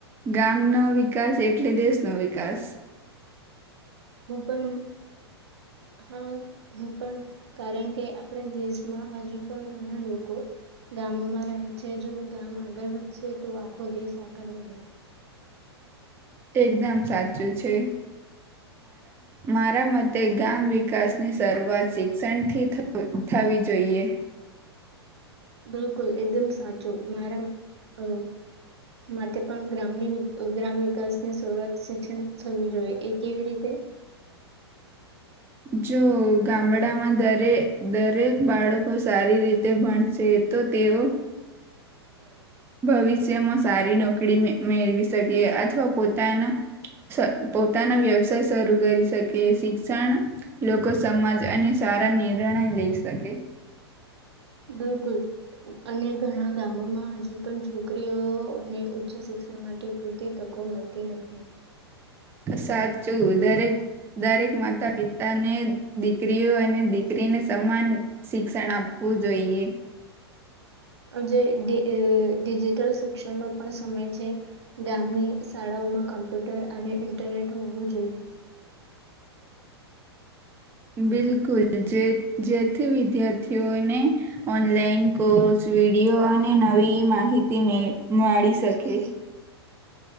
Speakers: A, on the right (about 15°); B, on the right (about 75°).
A: ગામ નો વિકાસ એટલે દેશ નો વિકાસ.
B: હું પણ હા હું પણ કારણ કે આપણે દેશમાં હજુ પણ ઘણા લોકો, ગામોમાં રહે છે જો ગામ આગળ વધશે તો આખો દેશ આગળ વધ.
A: એકદમ સાચું છે, મારા મતે ગામ વિકાસની શરૂઆત શિક્ષણથી થવી જોઈએ.
B: બિલકુલ એકદમ સાચું મારા માટે પણ ગ્રામની ગ્રામ વિકાસની શરૂઆત શિક્ષણ થવી જોઈએ એ કેવી રીતે?
A: જો ગામડામાં દરે દરેક બાળકો સારી રીતે ભણશે તો તેઓ, ભવિષ્યમાં સારી નોકરી મેળવી શકે અથવા પોતાના, પોતાના વ્યવસાય શરૂ કરી શકે શિક્ષણ લોકો સમાજ અને સારા નિર્ણય લઈ શકે.
B: બિલકુલ, અને ઘણા ગામોમાં હજુ પણ છોકરીઓને ઉચ્ચ શિક્ષણ માટે પૂરતી તકો મળતી ત નથી.
A: સાચું દરેક માતા પિતાને દીકરીઓ અને દીકરીને સમાન શિક્ષણ આપવું જોઈએ.
B: જ ડિજિટલ શિક્ષણનો પણ સમય છે, ગામની શાળાઓમાં કમ્પ્યુટર અને ઇન્ટરનેટ હોવું જોઈએ.
A: બિલકુલ જે જેથી વિદ્યાર્થીઓને ઓનલાઈન, કોર્સ, વિડીયો અને નવી માહિતી મળી શકે.